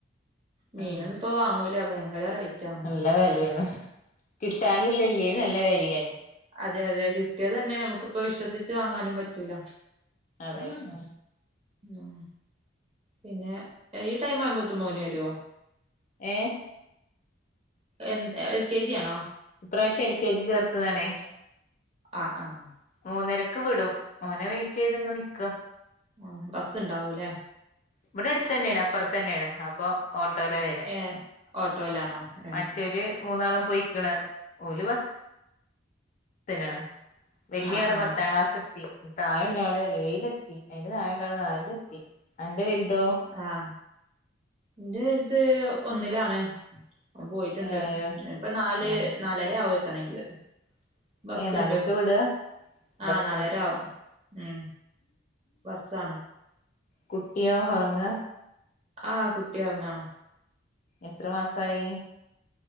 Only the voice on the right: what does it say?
മീനൊന്നും
ഇപ്പോ വാങ്ങൂല്ല ഭയങ്കര റേറ്റാണ്
അതെ അതെ കിട്ടിയാതന്നെ നമ്മക്കിപ്പോ വിശ്വസിച്ച് വാങ്ങാനും പറ്റൂല
ഉം പിന്നെ ഈ ടൈം ആവുമ്പോത്തും മോന് വരുവോ
എന്ത്‌ എൽ കെ ജി ആണോ
ആഹ് ആഹ്
ആഹ് ബസ്സെണ്ടാവൂല്ലേ
ഏഹ് ഓട്ടോയിലാണോ ഏഹ്
ആഹ് ആഹ്
ആഹ് ഇന്റെ വൽത് ഒന്നിലാണ് ഓള് പോയിട്ടുണ്ട്
ഇപ്പൊ നാല്
നാലര ആവും എത്തണെങ്കില് ബസ്സുണ്ട്
ആഹ് നാലര ആവും ഉം ബസ്സാണ്
ആഹ് കുട്ടി ഒറങ്ങാണ്